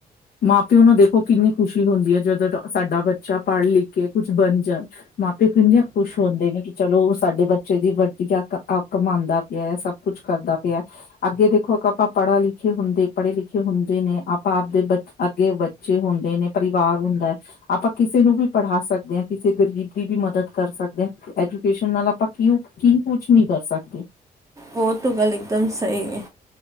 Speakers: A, on the left; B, on the right.
A: ਮਾਂ - ਪਿਓ ਨੂੰ ਦੇਖੋ ਕਿੰਨੀ ਖੁਸ਼ੀ ਹੁੰਦੀ ਹੈ ਜਦੋਂ ਸਾਡਾ ਬੱਚਾ ਪੜ੍ਹ ਲਿਖ ਕੇ ਕੁਝ ਬਣ ਜਾਏ। ਮਾਪੇ ਕੀਨੇ ਹ ਖੁਸ਼ ਹੁੰਦੇ ਨੇ ਕਿ ਚਲੋ ਸਾਡੇ ਬੱਚੇ ਦੀ ਵੱਡੀੱਕ ਅੱਕ ਮੰਨਦਾ ਪਿਆ ਹੈ ਸਭ ਕੁਛ ਕਰਦਾ ਪਿਆ। ਅੱਗੇ ਦੇਖੋ ਆਪਾਂ ਪੜ੍ਹੇ ਲਿਖੇ ਹੁੰਦੇ ਪੜ੍ਹੇ ਲਿਖੇ ਹੁੰਦੇ ਨੇ ਆਪਾਂ ਆਪਦੇੇ ਅੱਗੇ ਬੱਚੇ ਹੁੰਦੇ ਨੇ ਪਰਿਵਾਰ ਹੁੰਦਾ। ਆਪਾਂ ਕਿਸੇ ਨੂੰ ਪੜਾ ਵੀ ਸਕਦੇ ਹਾਂ ਕਿਸੇ ਗਰੀਬ ਦੀ ਵੀ ਮਦਦ ਕਰ ਹਾਂ। ਐਜੂਕੇਸ਼ਨ ਨਾਲ ਆਪਾਂ ਕਿ ਕੀ ਕੁਛ ਨੀ ਕਰ ਸਕਦੇ।
B: ਉਹ ਤੋਂ ਗੱਲ ਇਕਦਮ ਸਹੀ ਏ